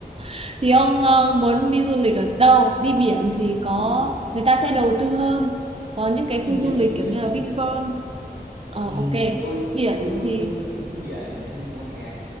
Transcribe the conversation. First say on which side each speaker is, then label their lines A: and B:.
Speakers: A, on the right; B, on the right.
A: <laughs> Thì ông ờ, muốn đi du lịch ở đâu? Đi biển thì có,
B: Đi
A: người ta sẽ đầu tư hơn. Có những cái
B: đi
A: khu
B: biển,
A: du lịch
B: đi
A: kiểu
B: biển,
A: như
B: đi
A: là Vinpearl.
B: biển.
A: Ờ
B: Ừ,
A: ok,
B: tôi
A: biển
B: tôi tôi
A: thì...
B: đang dự định đi biển tại vì mùa hè